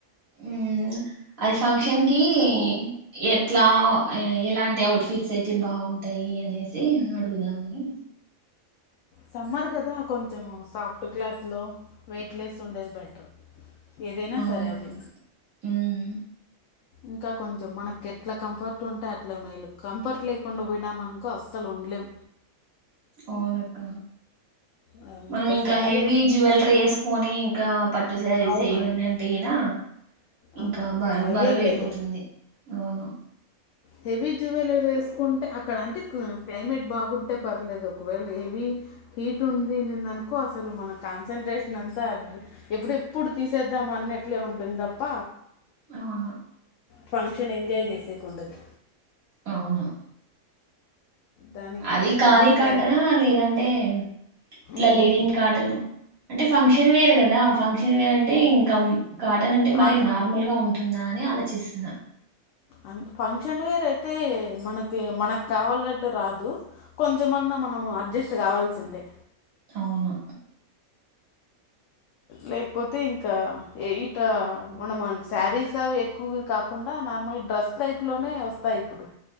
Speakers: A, on the right; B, on the left.
A: ఉమ్ అది ఫంక్షన్ కి కీ ఎట్లా ఆ ఎలాంటి అవుట్ ఫిట్స్ అయితే బాగుంటాయి అనేసి అడుగుదామని
B: సమ్మర్ కదా కొంచెము సాఫ్ట్ క్లాత్లో వెయిట్లెస్ ఉండేది బెటర్ ఏదైనా
A: అవునవును
B: సరే అది
A: ఉమ్,
B: ఇంకా కొంచెం మనకెట్లా కంఫర్ట్ ఉంటే అట్లా మేలు కంఫర్ట్ లేకుండా పోయినామనుకో అస్సలు ఉండలేం
A: అవునక్క
B: ఆ,
A: మనం ఇంకా
B: శారీలు
A: హెవీ జువెల్రీ వేసుకొని గాప్ టు శారీస్
B: అవునవును
A: ఇవన్నీ అంటే గినా ఇంకా
B: ఆహా
A: బరు
B: అయ్యేం
A: బరువుపోతుంది
B: లేదు
A: లోను
B: హెవీ జ్యువెలరేసుకుంటే అక్కడ అంటే క క్లైమేట్ బాగుంటే పర్లేదు ఒకవేళ హెవీ హీట్ ఉంది దనుకో అసలు మన కాన్సన్ట్రేషన్ అంతా ఎప్పుడెప్పుడు తీసేద్దాం అన్న ట్లే ఉంటుందప్ప
A: అవును
B: ఫంక్షన్ ఎంజాయ్ చేసేకుండదు
A: అవును
B: దానికి
A: అది ఖాదీ
B: మనం
A: కాటనా
B: ఎన్-
A: లేదంటే ఇట్లా
B: ఉమ్,
A: లేనిన్ కాటన అంటే ఫంక్షన్ వేర ద ఫంక్షన్ వేరంటే ఇంకం కాటన్ అంటే మరి
B: ఆ-
A: నార్మల్ గా ఉం ఉందా అని ఆలోచిస్తున్నా
B: అంత్ ఫంక్షన్ వేర్ అయితే మనకి మనకావాలట్టు రాదు కొంచెమన్న మనం అడ్జస్ట్ కావ చిందే
A: అవున
B: లేకపోతే ఇంకా ఇట మనం శారీస్ అవి ఎక్కువ కాకుండా నార్మల్గా డ్రెస్ టైప్లోనే వస్తాయి ఇప్పుడు